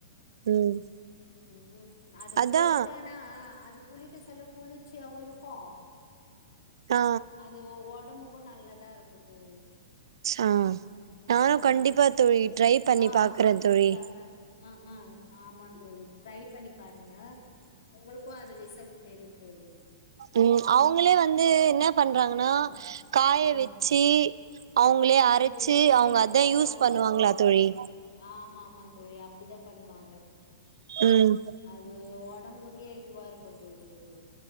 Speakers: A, on the right; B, on the left.
A: ம்
B: ம் ம் அது
A: அதா
B: போட்டானா அது குளிக்க சொல்ல குளிச்ர்சியாவு இருக்கு
A: ஆ
B: அது ஒடம்புக் கு நல்லதா இருக்கு தோழி
A: ஆ நானு
B: ம்
A: கண்டிப்பா
B: அது
A: தோழி ட்ரை பண்ணி
B: ஆ
A: பாக்குறே தோழி
B: தான அ அ ஆமா தோழி ட்ரை பண்ணி பாருங்க உங்களுக்கு அது ரிசல்ட்டு தெரியு தோழி
A: ம் அவுங்களே வந்து
B: ம்
A: என்ன பண்றாங்கன்னா
B: ம்
A: காய
B: ஆ
A: வெச்சு சி அவுங்களே
B: அது
A: அரச்சு
B: போய் மிஷின்ல
A: அவுங்க அதா
B: போய்
A: யூஸ்
B: அரைச்சுனு
A: பண்ணுவாங்களா
B: வருவாங்க
A: தோழி
B: ஆமா ஆமா தோழி அப்டிதா பண்ணுவாங்க
A: ம்
B: அது ஒடம்புக்கே இதுவா இருக்கு தோழி அது